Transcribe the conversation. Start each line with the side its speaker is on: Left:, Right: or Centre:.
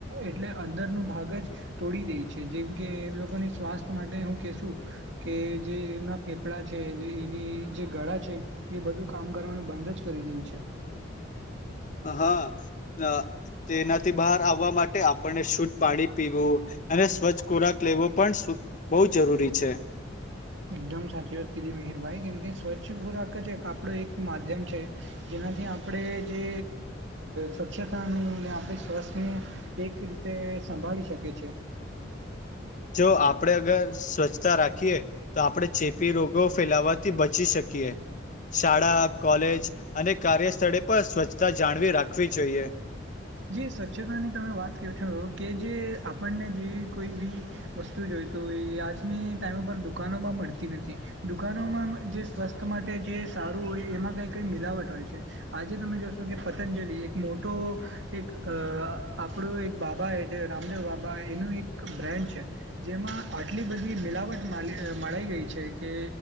Right: એટલે અંદરનું ભાગ જ તોડી દેય છે જેમ કે, એ લોકોની સ્વાસ્થ્ય માટે હું કેશું કે જે એમના ફેફડા છે, જે એની જે ગળા છે એ બધું કામ કરવાનું બંધ જ કરી દેય છે.
Left: હા, તેનાથી બહાર આવવા માટે આપણને શુદ્ધ પાણી પીવું અને સ્વચ્છ ખોરાક લેવો પણ બહુ જરૂરી છે.
Right: એકદમ સાચી વાત કીધી મિહરભાઈ, કેમ કે સ્વચ્છ ખોરાક જ આપરો એક માધ્યમ છે જેનાથી આપડે જે સ્વચ્છતાનું અને આ આપણે સ્વાસ્થ્યને એક રીતે સંભાળી શકે છે.
Left: જો આપણેે અગર સ્વચ્છતા રાખીએ તો આપણે ચેપી રોગો ફેલાવાથી બચી શક શાળા, કોલેજ અને કાર્ય સ્થળે પણ સ્વચ્છ જાળવી રાખવી જોઈએ.
Right: જે સ્વચ્છતાની તમે વાત કેવછો કે જે આપણને જેવી કોઈબી વસ્તુ જોઈ નેતોએ આજની ટાઈમો પર દુકાનોમાં મળતી નથી દુકાનોમાં જે સ્વાસ્થ માટે જે સારું હોય એમાં કઈ કઈ મિલાવટ હોય છે આજે તમે જોશો કે પતંજલિ એક મોટો એક અ આપરુ એક બાબા એજે રામદેવ બાબા એનું એક બ્રેન્ડ છે જેમાં આટલી બધી મિલાવટ મળાઈ ગઈ છેકે